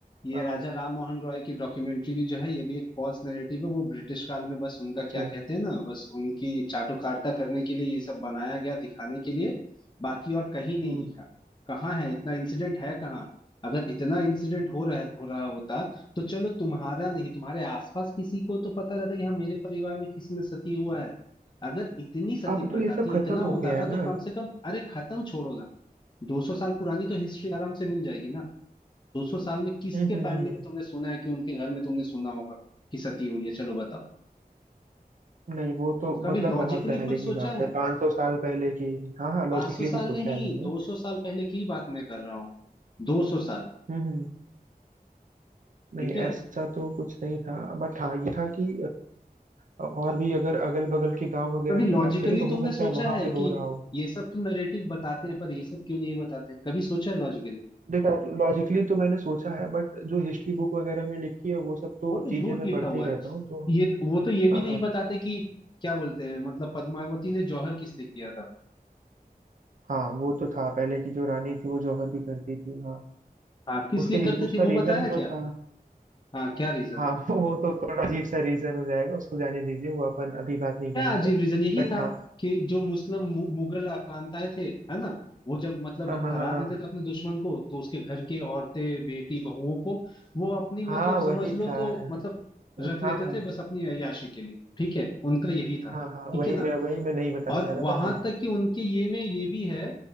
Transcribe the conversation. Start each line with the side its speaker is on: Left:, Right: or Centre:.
Left: ये
Right: हाँ
Left: राजा राम मोहन रॉय की डॉक्यूमेंट्री भी जो है ये भी एक फॉल्स नरेटिव है वो ब्रिटिश काल में बस उनका
Right: अच्छा
Left: क्या कहते हैं ना बस उनकी चाटुकारिता करने के लिए ये सब बनाया गया दिखाने के लिए बाकी और कहीं नहीं
Right: हम्म
Left: दिखा कहाँ है इतना इंसिडेंट है कहाँ अगर इतना इंसिडेंट हो रहा हो रहा होता तो चलो तुम्हारा नहीं तुम्हारे आसपास किसी को तो पता रहता कि हाँ मेरे परिवार में किसी ने सती हुआ है अगर इतनी सती
Right: अब
Left: प्रथा
Right: तो ये सब
Left: थी
Right: खत्म
Left: इतना
Right: हो
Left: होता
Right: गया है
Left: था
Right: ना
Left: तो कम से कम अरे खत्म छोड़ो ना 200 साल पुरानी तो हिस्ट्री आराम से मिल जाएगी ना 200 साल में किसके
Right: हम्म हम्म
Left: फैमिली
Right: हम्म हम्म।
Left: में तुमने सुना है कि उनके घर में तुमने सुना होगा कि सती हुई है चलो बताओ
Right: नहीं वो तो
Left: कभी
Right: मतलब
Left: लॉजिकली
Right: बहुत पहले
Left: कुछ
Right: की
Left: सोचा
Right: बात है
Left: है
Right: पाँच सौ साल पहले की हाँ हाँ
Left: 500
Right: लॉजिकली
Left: साल
Right: भी सोचा
Left: नहीं
Right: है मैंने
Left: 200 साल पहले की बात मैं कर रहा हूँ 200 साल
Right: हम्म हम्म। नहीं
Left: ठीक है
Right: ऐसा तो कुछ नहीं था बट हाँ ये था कि अ, और भी अगर अगल बगल के गांव
Left: तो
Right: वगैरह
Left: कभी लॉजिकली
Right: की बात करें तो हो
Left: तुमने
Right: सकता
Left: सोचा
Right: है वहां
Left: है
Right: पे
Left: कि
Right: हो रहा हो
Left: ये सब तो नरेटिव बताते हैं पर ये सब क्यों नहीं बताते कभी सोचा है लॉजिकली
Right: देखो लॉजिकली तो मैंने सोचा है बट जो हिस्ट्री बुक वगैरह में लिखी है वो सब तो
Left: वो तो
Right: चीजें
Left: झूठ
Right: मैं
Left: लिखा
Right: पढ़ते
Left: हुआ
Right: ही रहता हूँ
Left: है
Right: तो
Left: ये वो तो ये भी
Right: हाँ
Left: नहीं बताते कि क्या बोलते हैं मतलब पद्मावती ने जौहर किस लिए किया था
Right: हाँ वो तो था पहले की जो रानी थी वो जौहर भी करती थी हाँ
Left: हाँ किस
Right: उसके
Left: लिए
Right: रीज,
Left: करते
Right: उसका
Left: थे वो बताया
Right: रीजन जो
Left: क्या
Right: था
Left: हाँ क्या रीजन
Right: हाँ
Left: था
Right: <laughs> वो वो तो थोड़ा अजीब सा रीजन हो जाएगा उसको जाने दीजिए वो अपन अभी बात नहीं
Left: क्या
Right: करेंगे
Left: अजीब रीजन यही
Right: बट
Left: था
Right: हाँ
Left: कि जो मुस्लिम मु- मुगल आक्रांताएं थे है ना वो जब मतलब
Right: हाँ हाँ
Left: हरा
Right: हाँ हाँ
Left: देते थे अपने दुश्मन को तो उसके घर के औरतें बेटी बहुओं को वो अपनी
Right: हाँ
Left: मतलब
Right: वही
Left: समझ लो
Right: था
Left: तो मतलब रख
Right: हाँ
Left: लेते
Right: हाँ
Left: थे बस अपनी अय्याशी के लिए ठीक है उनका यही था
Right: हाँ हाँ
Left: ठीक
Right: वही
Left: है ना
Right: मैं वही मैं नहीं बताना
Left: और
Right: चाह रहा
Left: वहां
Right: था हाँ
Left: तक कि उनके ये में ये भी है